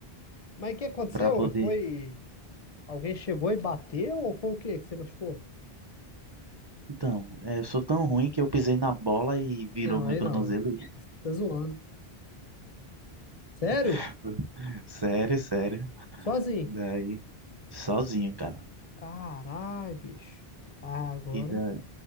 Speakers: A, on the left; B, on the right.
A: Mas o que aconteceu?
B: para poder.
A: ué? Foi. Alguém chegou e bateu ou foi o quê que você machucou?
B: Então, eh, eu sou tão ruim que eu pisei na bola e virou
A: Não,
B: meu
A: aí
B: tornozelo.
A: não. é- Você tá zoando. Sério?
B: <laughs> Sério, sério.
A: Sozinho?
B: Daí, sozinho, cara.
A: Caralho, bicho. Ah, agora.
B: E da-